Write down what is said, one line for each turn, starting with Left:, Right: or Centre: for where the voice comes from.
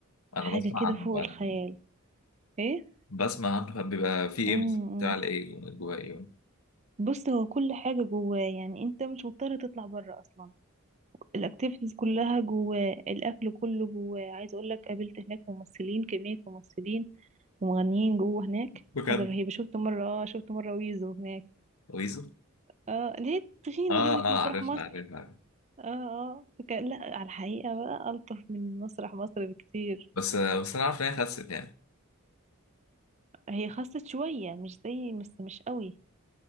Left: انا
Right: حاجة
Left: بسمع
Right: كده
Left: عنه
Right: فوق
Left: فعلا
Right: الخيال ايه
Left: بسمع عنه فعلا. بيبى في ايه
Right: امم
Left: مثلا بتاع ايه جوه ايه
Right: بص هو كل حاجة جواه يعني انت مش مضطر تطلع بره اصلا الاكتيفيتيز كلها جواه الاكل كله جواه عايز اقولك قابلت هناك ممثلين كمية ممثلين ومغنيين جوه هناك
Left: بجد
Right: حاجة رهيبة شفت مرة اه شفت مرة ويزو هناك
Left: ويزو
Right: اه اللي هي التخينة
Left: اه
Right: دي اللي في
Left: اه
Right: مسرح
Left: عارف
Right: مصر
Left: عارف عارف
Right: اه اه فكان لا على الحقيقة بقى ألطف من مسرح مصر بكتير
Left: بس بس انا عارف ان هي خست يعني
Right: هي خست شوية مش زي بس مش قوي